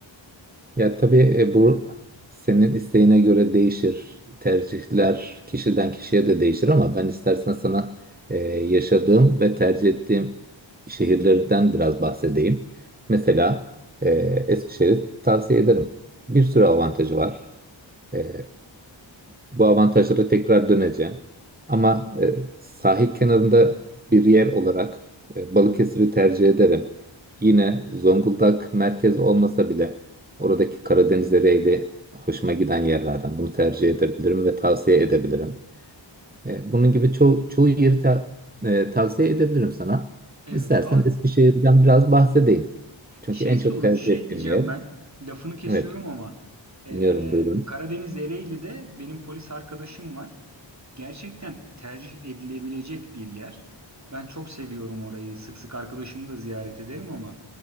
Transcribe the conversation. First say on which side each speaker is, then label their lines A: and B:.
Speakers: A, on the right; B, on the right.
A: Ya tabii e, bu senin isteğine göre değişir. Tercihler kişiden kişiye de değişir ama ben istersen sana e, yaşadığım ve tercih ettiğim şehirlerden biraz bahsedeyim. Mesela e, Eskişehir'i tavsiye ederim. Bir sürü avantajı var. E, Bu avantajlara tekrar döneceğim. Ama e, sahil kenarında bir yer olarak e, Balıkesir'i tercih ederim. Yine Zonguldak merkez olmasa bile oradaki Karadeniz Ereğli hoşuma giden yerlerden bunu tercih edebilirim ve tavsiye edebilirim. E, bunun gibi ço çoğu yeri ta- e, tavsiye edebilirim sana.
B: Evet,
A: İstersen
B: abi
A: Eskişehir'den biraz bahsedeyim. Çünkü
B: Şey
A: en
B: soru,
A: çok tercih
B: şey
A: ettiğim
B: diyeceğim
A: yer.
B: ben. Lafını kesiyorum
A: Evet,
B: ama eee,
A: dinliyorum buyurun.
B: Karadeniz Ereğli'de benim polis arkadaşım var. Gerçekten tercih edilebilecek bir yer. Ben çok seviyorum orayı. Sık sık arkadaşımı da ziyaret ederim ama